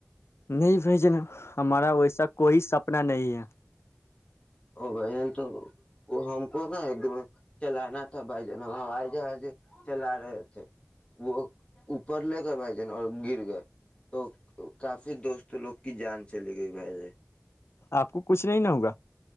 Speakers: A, on the left; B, on the left.
A: نہیں بھائی جن ہمارا ویسا کوئی سپنا نہیں ہے
B: ا بھ جن تو ہم کو نا ایک دم چلانا تھا بھائی جان ہم ہائی جہاز چلا رہے تھے وہ اوپر لے گئے بھائی جان اور گر گئے تو کافی دوست لوگ کی جان چلی گئی بھائی جن
A: آپ کو کچھ نہیں نہ ہوگا